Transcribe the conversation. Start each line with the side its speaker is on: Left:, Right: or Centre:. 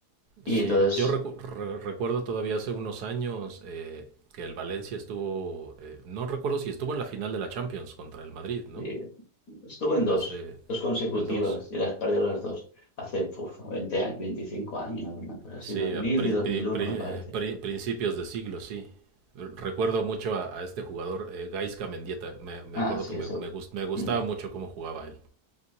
Left: Y
Right: Sí,
Left: entonces,
Right: yo recu- re- recuerdo todavía hace unos años eh, que el Valencia estuvo, eh, no recuerdo si estuvo en la final de la Champions contra el Madrid, ¿no?
Left: sí, Estuve en dos,
Right: Hace
Left: dos consecutivas
Right: en dos.
Left: y las perdí las dos hace uf, 20 años, 25 años, una cosa así,
Right: Sí,
Left: 2000
Right: a pri-
Left: y 2001
Right: pri- pri-
Left: me parece.
Right: eh, pri- principios de siglo, sí. Re- Recuerdo mucho a, a este jugador, eh, Gaisca Mendieta. Me, me
Left: Ah,
Right: acuerdo
Left: sí,
Right: que me,
Left: eso.
Right: me gust- me gustaba
Left: Mm.
Right: mucho cómo jugaba él